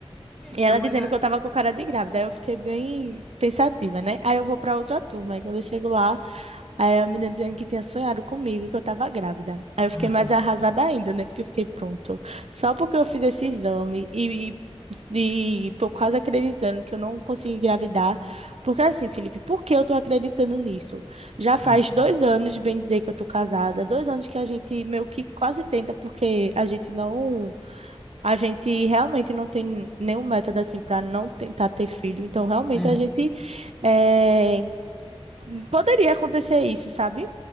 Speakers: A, in the centre; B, on the right.
A: Então,
B: e ela
A: mas
B: dizendo
A: é.
B: que eu tava com cara de grávida. Aí eu fiquei bem pensativa, né? Aí eu vou pra outra turma. Aí quando eu chego lá, aí a menina dizendo que tinha sonhado comigo e que eu tava grávida. Aí eu fiquei
A: Uhum,
B: mais arrasada ainda, né? Porque eu fiquei pronto. Só porque eu fiz esse exame e, e, e tô quase acreditando que eu não consegui engravidar. Porque assim, Felipe, por que eu tô acreditando nisso? Já
A: sim.
B: faz dois anos, bem dizer, que eu tô casada. Dois anos que a gente meio que quase tenta, porque a gente não a gente realmente não tem nenhum método assim para não tentar ter filho. Então, realmente
A: Uhum,
B: a gente eh, poderia acontecer isso, sabe?